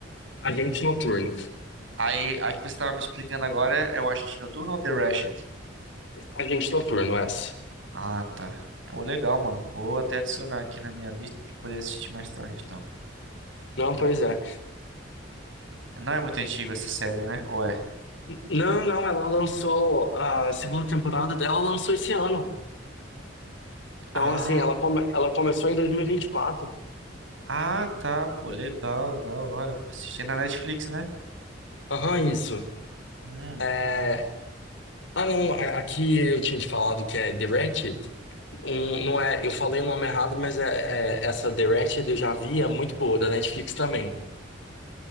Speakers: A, on the left; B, on the right.
A: Agente Noturno.
B: Aí, a que você tava me explicando agora é o Agente Noturno ou The Rashed?
A: Agente Noturno, essa.
B: Ah, tá. Pô, legal, mano. Vou até adicionar aqui na minha lista pra poder assistir mais tarde, então.
A: Não, pois
B: É muito-
A: é.
B: Não é muito antigo essa série, né? Ou é?
A: Não, não, ela lançou a segunda temporada dela, ela lançou esse ano. Então,
B: Ah,
A: assim, ela, come- ela começou em 2024.
B: ah, tá. Pô, legal, da hora. Vou assistir na Netflix, né?
A: Aham, isso.
B: Hum.
A: É... Ah, não, a- aqui eu tinha te falado que é The Ratched. Um, não é, eu falei o nome errado, mas é, é- essa The Ratched eu já vi, é muito boa, da Netflix também.